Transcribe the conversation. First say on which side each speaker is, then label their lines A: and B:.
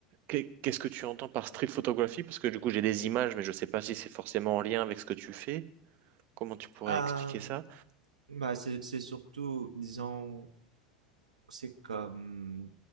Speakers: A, on the right (about 50°); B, on the right (about 85°).
A: qu'est- qu'est-ce que tu entends par street photography? Parce que du coup, j'ai des images, mais je sais pas si c'est forcément en lien avec ce que tu fais. Comment tu pourrais
B: Euh,
A: expliquer ça?
B: ben, c'est c'est surtout, disons, c'est comme,